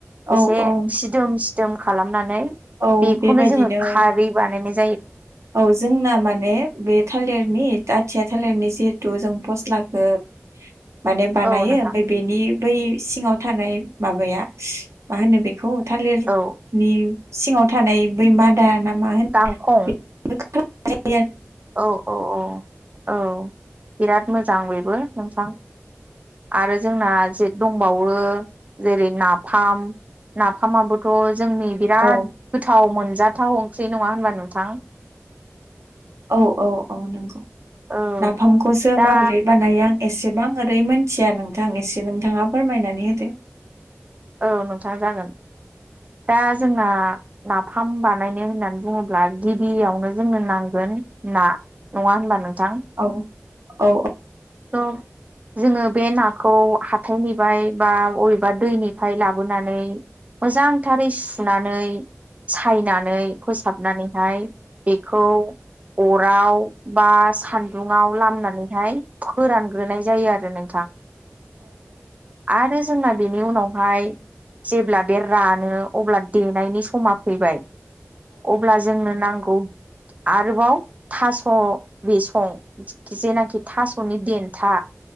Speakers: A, on the right (about 75°); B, on the right (about 30°).
A: औ
B: एसे
A: औ
B: सिदोम सि दोम खालामनानै
A: औ
B: बेखौनो
A: बेबायदिनो
B: जोङो खारै बानायनाय
A: औ जोंना माने बे थालिरनि आथिया थालिरनि जिहेतु जों फस्लाखो माने बानायो
B: औ नोंथां
A: ओमफाय बेनि बै सिङाव थानाय माबाया मा होनो बे खौ थालिरनि
B: औ
A: सिङाव थानाय बै मादा ना मा होन
B: गांखं
A: <inaudible>
B: औ औ औ औ बिराद मोजां बेबो। नोंथां। आरो जोंना जे दंबावो जेरै नाफाम। नाफामाबोथ' जोंनि बिराद
A: औ
B: गोथाव मोनजाथाव ओंख्रि नङा होनबा नोंथां।
A: औ औ औ नंगौ।
B: औ
A: नाफामखौसो
B: दा
A: माबोरै बानायो आं एसेबां ओरै मोनथिया नोंथां एसे नोंथाङा फोरमायनानै होदो।
B: औ नोंथां जागोन। दा जोंना नाफाम बानायनो होननानै बुङोब्ला गिबियावनो जोंनो नांगो ओन <unintelligible> नङा होनबा नों थां
A: औ औ
B: त' जोङो बे नाखौ हाथायनिफाय बा अबेबा दैनिफाय लाबोनानै मोजां थारै सुनानै सायनानै फोसाबनानैहाय बेखौ अराव बा सान्दुङाव लामनानैहाय फोरानग्रोनाय जायो आरो नोंथां आरो जोंना बेनि उनाव हाय जेब्ला बे रानो अब्ला देनायनि समा फैबाय। अब्ला जोंनो नां गौ आरोबाव थास' बेसं। जेनाखि थास'नि देन्था।